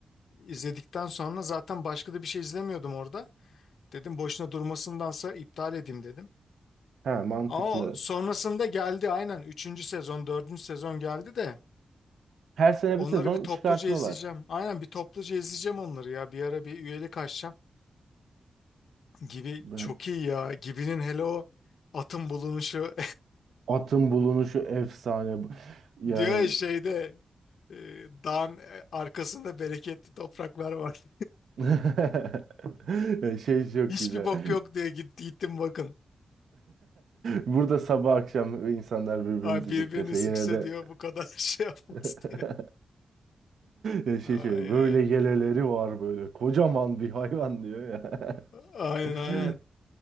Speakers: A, on the left (about 85°); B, on the right (about 80°).
A: E, izledikten sonra zaten başka da bir şey izlemiyordum orada dedim boşuna durmasındansa iptal edeyim dedim
B: He mantıklı.
A: ama o sonrasında geldi aynen üçüncü sezon dördüncü sezon geldi de
B: Her sene
A: onları
B: bir sezon
A: bir topluca
B: çıkartıyorlar.
A: izleyeceğim aynen bir topluca izleyeceğim onları ya bir ara bir üyelik açacağım gibi
B: Ben-
A: çok iyi ya gibinin hele o atın bulunuşu
B: Atın bulunuşu efsane. Bu- Yani
A: <laughs> diyor ya şeyde e, dağın e, arkasında bereketli topraklar var
B: <laughs> şey çok
A: Hiçbir
B: güzel.
A: bok
B: <laughs>
A: yok diye git, gittim bakın.
B: Burada sabah akşam insanlar birbirini
A: Ay
B: düdüklese
A: birbirini sikse
B: yine de
A: diyor bu kadar <laughs> şey yapmaz
B: <laughs>
A: diyor.
B: Ya şey
A: Ay
B: şey böyle
A: ay ay.
B: yeleleri var böyle kocaman bir hayvan diyor ya.
A: Aynen
B: <laughs>
A: aynen.